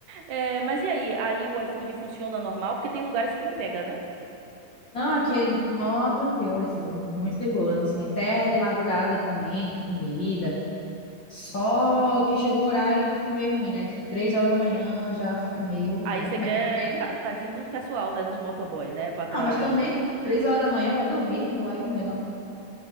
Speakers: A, on the right (about 75°); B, on the left (about 45°).
A: É, mas e aí? Aí o iFood funciona normal? Porque tem lugares que não pega, né?
B: Não, aqui é mó tranquilo o iFood, muito de boas, assim, até de madrugada também tem comida. Só que chegou um horário que fica meio ruim, né? Tipo, três horas da manhã já fica meio,
A: Aí
B: né?
A: você
B: Mas
A: quer
B: também,
A: ta- tadinho do pessoal, né? Dos motoboy, né? Pra tra...
B: não, mas também três horas da manhã vai dormir, não vai comer não.